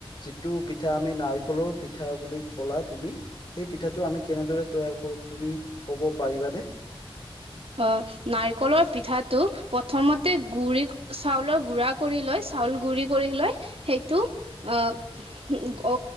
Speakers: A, on the left; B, on the right.
A: যিটো পিঠা আমি নাৰিকলৰ পিঠা বুলি কলা তুমি সেই পিঠাটো আমি কেনেদৰে তৈয়াৰ কৰো তুমি ক'ব পাৰিবানে
B: অ নাৰিকলৰ পিঠাটো প্ৰথমতে গুৰি চাউলৰ গুড়া কৰি লৈ চাউল গুৰি কৰি লৈ সেইটো আহ অ